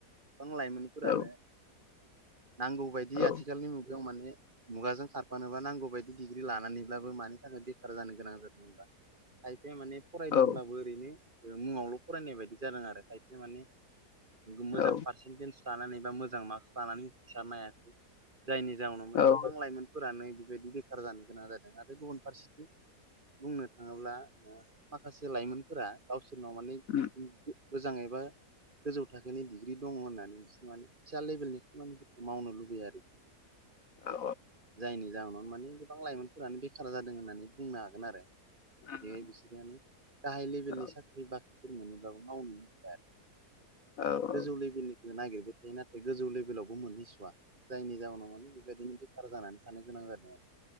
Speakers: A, on the right (about 30°); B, on the left (about 60°).
A: गोबां लाइमोनफोरानो
B: औ
A: नां
B: औ
A: आथिखालनि मुगायाव माने मुगाजों खारफानोबा नांगौ बायदि डिग्रि लानानैब्लाबो मानि थाखाय बेखार जानो गोनां जादों हमबा <inaudible> खायसे माने फरायदोंब्लाबो
B: औ
A: ओरैनो मुङावल' फरायनाय बायदि जादों आरो खायसे माने मोजां
B: औ
A: पारसेन्टेज लानानै बा मोजां मार्कस लानानै उथ्रिसारनो हायाखै जायनि जाउनाव माने
B: औ
A: गोबां लाइमोनफोरानो बेबायदि बेखार जानो गोनां जादों आरो गुबुन फारसेथिं बुंनो थाङोब्ला माखासे लाइमोनफोरा गावसोरनाव माने
B: उम
A: मोजां एबा गोजौ थाखोनि डिग्रि दङ होननानै बिसोर माने फिसा लेभेलनि खामानिफोरखौ मावनो लुबैयो
B: औ
A: जायनि जाहोनाव माने गोबां लाइमोनफोरानो बेखार जादों होननानै बुंनो हागोन आरो
B: औ
A: बे बिसोरनानो गाहाय लेभेलनि
B: औ
A: साख्रि बाख्रि सम मोनोब्लाबो मावनो गोसो जाया
B: औ
A: गोजौ लेभेलनिखौ नागिरबाय थायो नाथाय गोजौ लेभेलावबो मोनहैसवा जायनि जाउनाव माने बेबायदिनो बेखार जानानै थानो गोनां जादों <unintelligible>